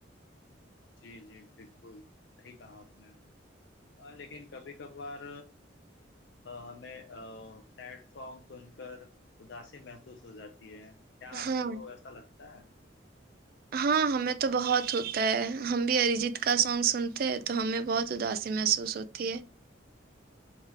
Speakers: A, on the left; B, on the right.
A: جی جی بالکل صحیح کہا آپ نے لیکن کبھی کبھار ہمیں سیڈ سانگ سن کر اداسی محسوس ہو جاتی کیا آپ
B: ہاں
A: کو ایسا لگتا ہے
B: ہاں ہمیں تو بہت ہوتا ہے ہم بھی اریجیت کا سانگ سنتے ہیں تو ہمیں بہت اداسی محسوس ہوتا تی